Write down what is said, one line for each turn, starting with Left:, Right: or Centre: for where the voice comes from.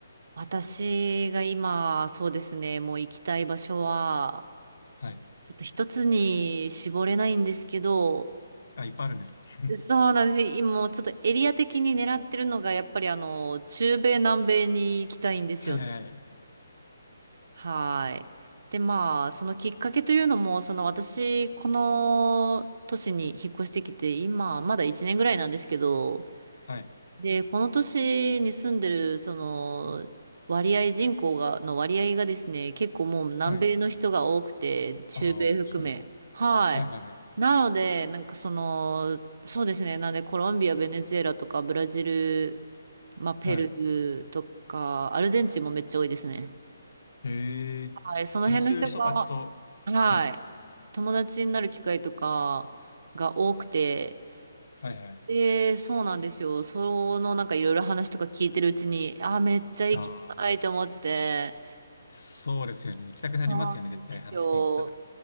Right: 私が今、そうですね、もう行きたい場所は、
Left: はい。
Right: ちょっと一つに絞れないんですけど、
Left: あ、いっぱいあるんです。<laughs>
Right: そうなんです。今もうちょっとエリア的に狙ってるのが、やっぱりあの、中米、南米に行きたいんですよね。
Left: はいはいはい。
Right: はい。で、まあ、そのきっかけというのも、その私、この都市に引っ越してきて、今、まだ1年ぐらいなんですけど、
Left: はい。
Right: で、この都市に住んでる、その、割合、人口が、の割合がですね、結構もう南米の人が多くて、
Left: はい。
Right: 中米含め。
Left: ああ、そうなんだ。
Right: はい。
Left: はいはいはい。
Right: なので、なんかその、そうですね、なんでコロンビア、ベネズエラとか、ブラジル、まあ、ペル
Left: はい。
Right: ーとか、アルゼンチンもめっちゃ多いですね。
Left: へえ。
Right: はい、その辺の人が、
Left: あ、じゃあそういう人たちと、
Right: はい、
Left: はい。
Right: 友達になる機会とかが多くて、
Left: はいはい。
Right: で、そうなんですよ。そのなんかいろいろ話とか聞いてるうちに、あー、めっちゃ行きたいと思って。
Left: ああ、そうですよね。行きたくなりますよね。
Right: そうなんですよ。
Left: 絶対話聞いてたら。